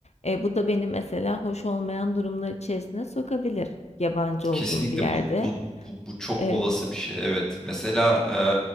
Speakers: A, on the left; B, in the centre.
A: Eee, bu da beni mesela hoş olmayan durumlar içerisine sokabilir yabancı olduğum
B: Kesinlikle
A: bir yerde.
B: bu, bu, bu- bu çok
A: Eee,
B: olası bir şey. Evet. Mesela e,